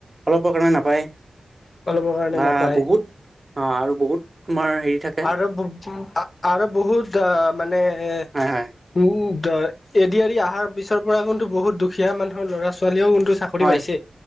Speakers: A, on the right; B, on the left.
A: অলপৰ কাৰণে নাপায়
B: অলপৰ কাৰণে
A: বা
B: নাপায়
A: বহুত অ আৰু বহুত তোমাৰ হেৰি থাকে
B: আৰু আৰু বহুত মানে উম
A: হয় হয়
B: এড এৰি অহাৰ পিছৰ পৰা কিন্তু বহুত দুখীয়া মানুহৰ ল'ৰা ছোৱালীও কিন্তু চাকৰি
A: হয়
B: পাইছে